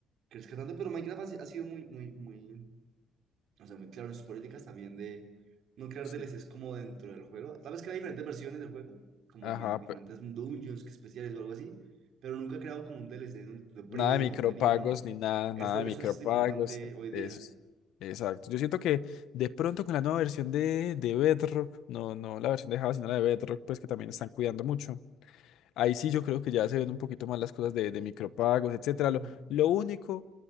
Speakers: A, on the right; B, on the left.
A: crezca tanto, pero Minecraft ha, si- ha sido muy, muy, muy, o sea, muy claro en sus políticas también de no crear
B: Sí.
A: DLCs como dentro del juego. Tal vez crea diferentes versiones del juego, como
B: Ajá,
A: ma- diferentes
B: pe-
A: dungeons que especiales o algo así, pero nunca ha creado como un DLC donde lo prive
B: nada de
A: del
B: micropagos
A: contenido, no.
B: ni nada,
A: Eso,
B: nada de micropagos.
A: eso es importante hoy día.
B: Eso es- exacto. Yo siento que de pronto con la nueva versión de, de Bedrock, no, no la versión de Java, sino la de Bedrock, pues que también están cuidando mucho. Ahí sí yo creo que ya se ven un poquito más las cosas de, de micropagos, etcétera.
A: Mm.
B: Lo, lo único,